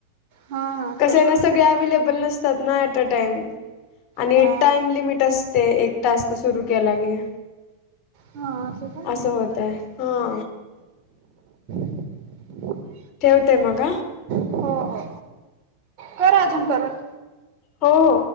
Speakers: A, on the right; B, on the left.
A: हा हा
B: कसं
A: सर
B: ना सगळे अवे्हेलेबल नस. अ टाम आणि
A: हा
B: टाइम लिमिट असते एक टास्क सुरू केलागे
A: हा काय
B: असं होत आहे हा.
A: <unintelligible>
B: ठेवतेय मग
A: हो हो कर अजून परत
B: हो हो.